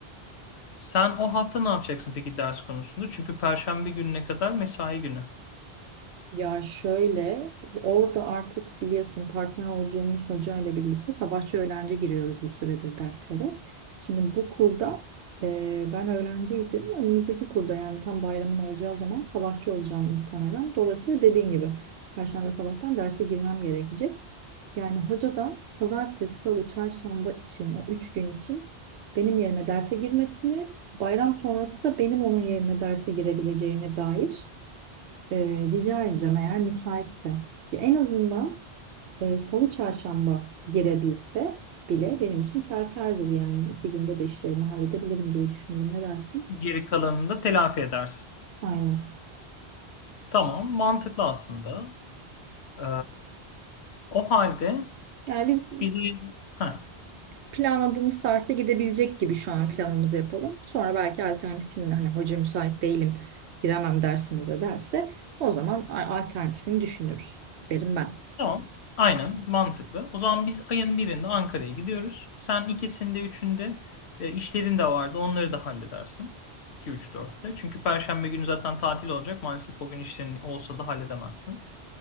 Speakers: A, on the left; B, on the right.
A: Sen o hafta ne yapacaksın peki ders konusunda? Çünkü Perşembe gününe kadar mesai günü.
B: Ya şöyle, orada artık biliyorsun partner olduğumuz hocayla birlikte sabahçı öğlenci giriyoruz bir süredir derslere. Şimdi bu kurda e, ben öğrenciydim. Önümüzdeki kurda yani tam bayramın olacağı zaman sabahçı olacağım muhtemelen. Dolayısıyla dediğin gibi Perşembe sabahtan derse girmem gerekecek. Yani hoca da pazartesi, salı, çarşamba için o üç gün için benim yerime derse girmesini, bayram sonrası da benim onun yerine derse girebileceğime dair ee, rica edeceğim eğer müsaitse. Ya en azından e, Salı Çarşamba girebilse bile benim için kâr kârdır yani. İki günde de işlerimi halledebilirim diye düşünüyorum. Ne dersin?
A: Geri kalanını da telafi edersin.
B: Aynen.
A: Tamam, mantıklı aslında. Ee, o halde
B: Yani biz
A: biz ayın... Ha,
B: planladığımız tarihte gidebilecek gibi şu an planımızı yapalım. Sonra belki alternatifini hani hoca müsait değilim giremem dersimize derse o zaman a- alternatifini düşünürüz derim ben.
A: tamam, aynen mantıklı. O zaman biz ayın birinde Ankara'ya gidiyoruz. Sen ikisinde, üçünde e, işlerin de vardı. Onları da halledersin. 2, 3, 4'te. Çünkü Perşembe günü zaten tatil olacak. Maalesef o gün işlerin olsa da halledemezsin.